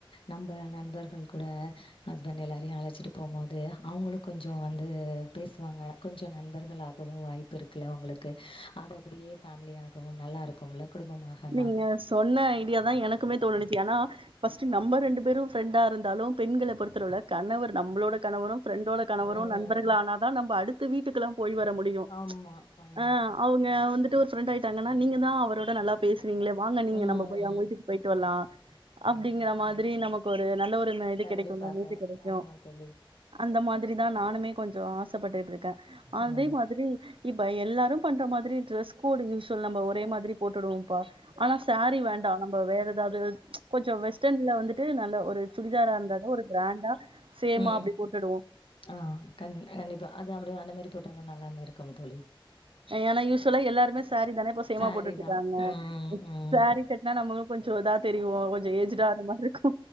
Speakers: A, on the left; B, on the right.
A: நம்ப நண்பர்கள் கூட ஹஸ்பண்ட் எல்லாரையு அழச்சிட்டு போம்போது அவுங்களு கொஞ்சோ வந்து பேசுவாங்க கொஞ்சோ நண்பர்கள் ஆ கவு வாய்ப்பு இருக்குல்ல உங்களுக்கு அது அப்டியே ஃபேமிலியாகவு நல்லா இருக்கும்ல குடும்பமாகன்னா
B: நீங்க சொன்ன ஐடியா தா எனக்குமே தோணுனுச்சி ஆனா ஃபர்ஸ்ட் நம்ம ரெண்டு பேரு ஃப்ரெண்ட்டா இருந்தாலு பெண்கள பொறுத்த அளவுல கணவர் நம்ளோட கணவரு ஃப்ரெண்ட்டோட கணவரு
A: ம்
B: நண்பர்கள் ஆன தா நம்ப அடுத்து வீட்டுக்குல்லா போய் வர முடியு
A: ஆமா ஆமா
B: ஆ அவுங்க வந்துட்டு ஒரு ஃப்ரெண்ட் ஆயிட்டாங்கன்னா நீங்க தா அவரோட நல்லா பேசு வீங்களே வாங்க நீங்க
A: ம்
B: நம்ப போய் அவுங்க வீட்டுக்கு போய்ட்டு வரலா அப்டிங்கிற மாதிரி நமக்கு ஒரு நல்ல ஒரு மெய்ட்
A: கண்டிப்பாக
B: கெடைக்கும்ல நீீட்டு கெடைக்கு
A: ஆமா தோழி
B: அந்த மாதிரி திரி தா நானுமே கொஞ்சோ ஆசப்பட்டுட்டு இருக்கே அதே
A: ம்
B: மாதிரி இப்ப எல்லாரு பண்ற மாதிரி டிரஸ் கோடு யூஸ்வல் நம்ப ஒரே மாதிரி போட்டுடுவோம்ப்பா ஆனா சேரீ வேண்டா நம்ப வேற ஏதாவது கொஞ்சோ வெஸ்டன்ல வந்துட் டு நல்ல ஒரு சுடிதாரா இருந்தாலு ஒரு கிராண்டா சேமா
A: ம்
B: அப்டி போட்டுடுவோ
A: ஆ கண் கண்டிப்பா அது அப்டிதா அந்த மாரி போட்டாலு நல்லாம் இருக்கும் தோழி
B: ஏனா யூஸ்வலா எல்லாருமே சேரீ தானே இப்ப சேமா
A: சாரிதா
B: போட்டுட்ருக்காங்க
A: ம் ம்
B: சேரீ கட்னா நம்பளு கொஞ்சோ இதா தெரிவோ கொஞ்சோ ஏஜிடா ஆன மாரி இருக்கு